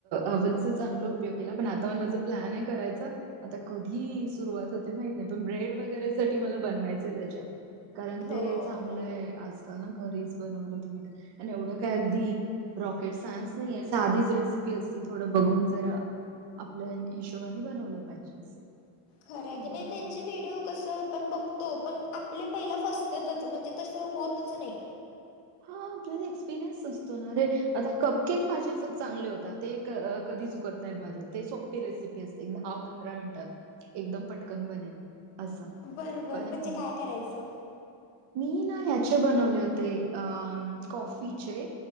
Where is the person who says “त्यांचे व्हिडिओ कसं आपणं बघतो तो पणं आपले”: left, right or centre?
Left